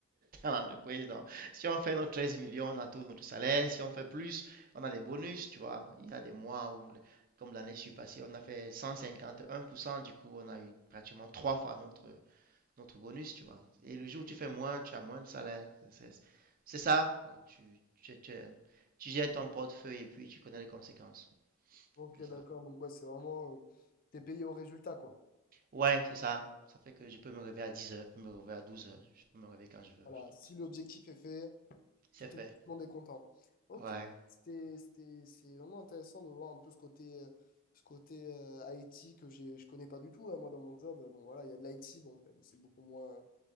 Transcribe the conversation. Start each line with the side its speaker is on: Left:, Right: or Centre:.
Right: dans l'entreprise. <laughs> Donc, si on fait nos 13 millions, on a tout notre salaire. Si on fait plus, on a des bonus, tu vois. Il y a des mois où, comme l'année passée, on a fait 151%. du coup, on a eu pratiquement trois fois notre, notre bonus, tu vois. Et le jour où tu fais moins, tu as moins de salaire. C'est c'est ça. Donc, tu, tu, tu, tu jettes ton portefeuille et puis tu connais les conséquences
Left: Ok,
Right: de
Left: d'accord.
Right: ça.
Left: Donc, ouais, c'est vraiment, euh, t'es payé au résultat, quoi.
Right: Ouais, c'est ça. Ça fait que je peux me réveiller à dix heures, je peux me réveiller à douze heures, je peux me réveiller quand je veux.
Left: Voilà.
Right: Donc,
Left: Si l'objectif est fait,
Right: c'est
Left: Tout
Right: fait.
Left: est, tout le monde est content. Ok,
Right: Ouais.
Left: c'était, c'était, c'est vraiment intéressant de voir un peu ce côté, euh, ce côté euh, IT que j'ai, je connais pas du tout. hein. Moi, dans mon job, euh, bon, voilà, il y a de l'IT, bon, même c'est beaucoup moins,